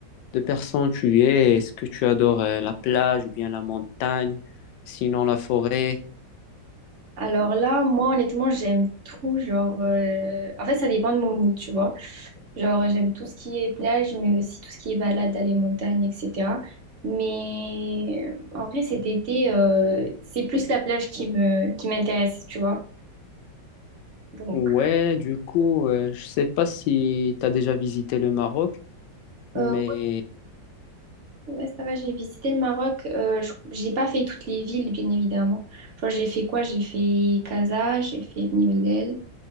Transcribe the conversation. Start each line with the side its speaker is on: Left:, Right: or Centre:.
Left: de personne tu es, est-ce que tu adores euh, la plage ou bien la montagne, sinon la forêt?
Right: Alors là, moi, honnêtement, j'aime tout. Genre, euh, en fait, ça dépend de mon mood, tu vois. Genre, j'aime tout ce qui est plage, mais aussi tout ce qui est balade aller montagne montagnes, etc. Mais euh, en vrai, cet été, euh, c'est plus la plage qui me, qui m'intéresse, tu vois. Donc,
Left: Ouais, du coup, euh, je sais pas si tu as déjà visité le Maroc, mais
Right: euh, ouais, ouais, ça va, j'ai visité le Maroc. Euh, je- j'ai pas fait toutes les villes, bien évidemment. Genre, j'ai fait quoi? J'ai fait Casa, j'ai fait Beni Mellel,